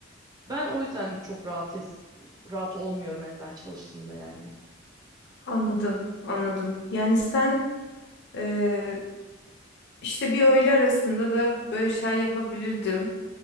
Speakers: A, on the right; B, on the left.
A: Ben o yüzden çok rahat es- rahat olmuyorum evden çalıştığımda yani.
B: anladım, anladım. Yani sen e, işte bir öğle arasında da böyle şey yapabilirdim.